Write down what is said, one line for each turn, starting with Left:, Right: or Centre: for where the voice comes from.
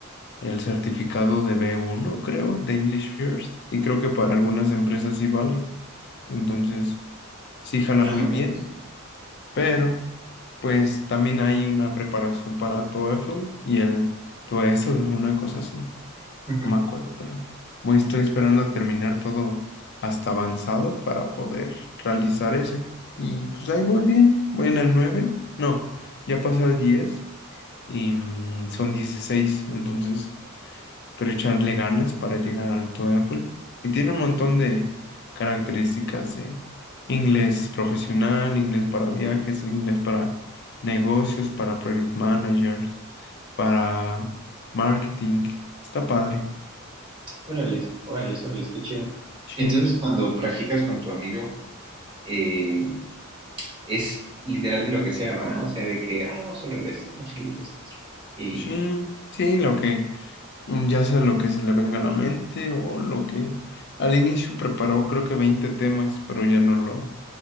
Left: el certificado de B1, creo, de English First, y creo que para algunas empresas sí vale. Entonces, sí jala
Right: Ah,
Left: muy
Right: Órales.
Left: bien, pero pues también hay una preparación para TOEFL y el TOESL, una cosa así,
Right: Ujú.
Left: no me acuerdo, pero muy estoy esperando a terminar todo hasta avanzado para poder realizar ese. Y pues ahí voy bien, voy en el nueve no, ya pasa el 10 y mm, son dieciséis entonces pero echarle ganas para llegar al TOEFL. Y tiene un montón de características, eh, inglés profesional, inglés para viajes, inglés para negocios, para project managers, para marketing. Está padre.
Right: Órales, órales, órales, qué chido.
Left: Sí,
Right: Entonces, cuando practicas con tu amigo, eh, es literal de lo que sea, ¿va? O sea, de que, ah, vamos a hablar de esto, vamos a hablar de esto. Y,
Left: sí, sí, lo que, ya sea lo que se le venga a la mente o lo que al inicio preparó creo que 20 temas, pero ya no lo,